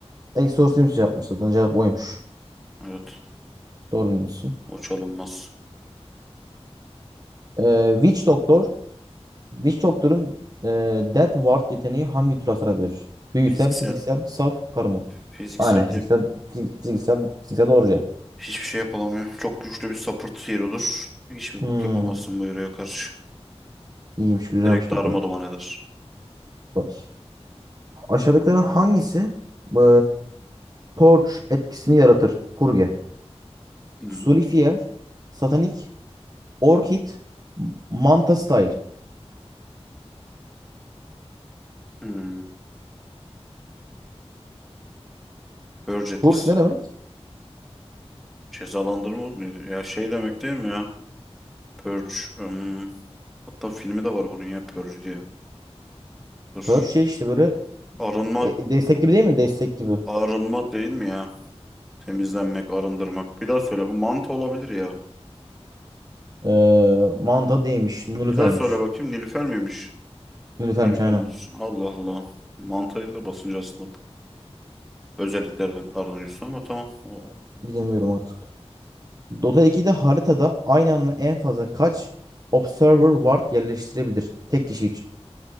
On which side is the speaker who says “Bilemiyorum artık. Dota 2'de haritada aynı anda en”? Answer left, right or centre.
Right